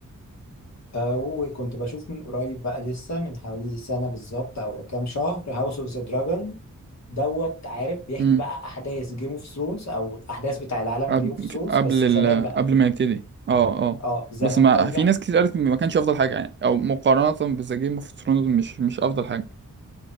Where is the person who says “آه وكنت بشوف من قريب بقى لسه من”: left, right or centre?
Left